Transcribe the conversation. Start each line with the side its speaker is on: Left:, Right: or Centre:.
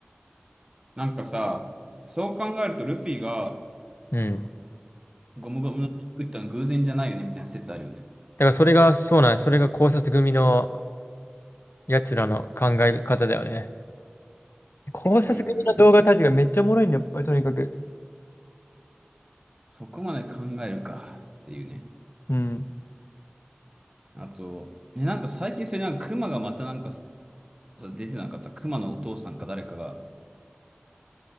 Right: なんかさ、そう考えるとルフィが
Left: うん。だ
Right: ゴムゴムの実作ったの偶然じゃないよねみたいな説あるよね。
Left: からそれが、そうなんそれが考察組の奴らの考え方だよね。考察組の動画たちがめっちゃおもろいんだよ、
Right: うんうん
Left: やっぱりとにかく。
Right: そこまで考えるかっていうね。
Left: うん。
Right: あと、ね、なんか最近それなんか熊がまたなんかさ出てなかった。熊のお父さんか誰かが、